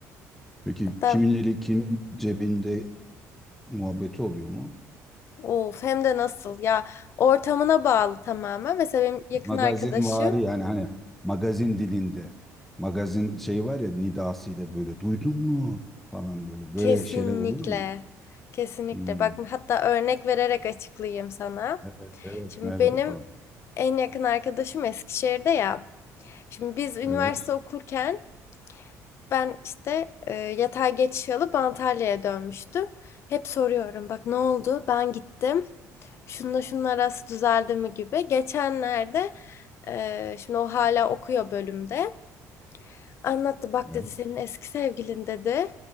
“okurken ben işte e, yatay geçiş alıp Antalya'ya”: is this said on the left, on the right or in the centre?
Left